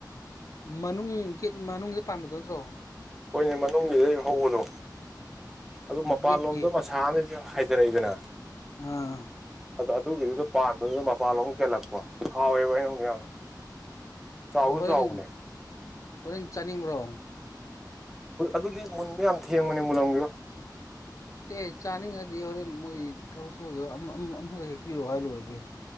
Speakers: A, on the left; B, in the centre.
A: ꯃꯅꯨꯡ ꯒꯦꯠ ꯃꯅꯨꯡꯒꯤꯗ ꯄꯥꯟꯕꯗꯣ ꯅꯠꯇ꯭ꯔꯣ
B: ꯍꯣꯏꯅꯦ ꯃꯅꯨꯡꯒꯤꯗꯩ ꯍꯧꯕꯗꯣ ꯑꯗꯨ ꯃꯄꯥꯟꯂꯣꯝꯗ
A: ꯒꯦꯠꯀꯤ
B: ꯃꯁꯥ <unintelligible> ꯍꯥꯏꯗꯔꯛꯏꯗꯅ
A: ꯑꯥ
B: ꯑꯗꯣ ꯑꯗꯨꯒꯤꯗꯨꯗ ꯄꯥꯟꯕꯗꯨꯗ ꯃꯄꯥꯟꯂꯣꯝ ꯀꯦꯜꯂꯛꯄ ꯍꯥꯎꯋꯦꯕ <unintelligible> <unintelligible>
A: ꯑꯗꯨ ꯍꯣꯔꯦꯟ
B: ꯆꯥꯎꯕꯅꯦ
A: ꯍꯣꯔꯦꯟ ꯆꯥꯅꯤꯡꯕ꯭ꯔꯣ
B: ꯑꯗꯨꯗꯤ ꯃꯨꯟꯕ ꯌꯥꯝ ꯊꯦꯡꯕꯅꯦ ꯃꯨꯜꯂꯝꯒꯤꯔꯣ
A: ꯏꯦ ꯆꯥꯅꯤꯡꯉꯗꯤ ꯍꯣꯔꯦꯟ ꯃꯣꯏ ꯊꯕꯛ ꯁꯨꯕꯗꯣ ꯑꯃ ꯑꯝ ꯑꯃꯒꯥ ꯍꯦꯛꯄꯤꯔꯛꯑꯣ ꯍꯥꯏꯔꯨꯔꯒꯦ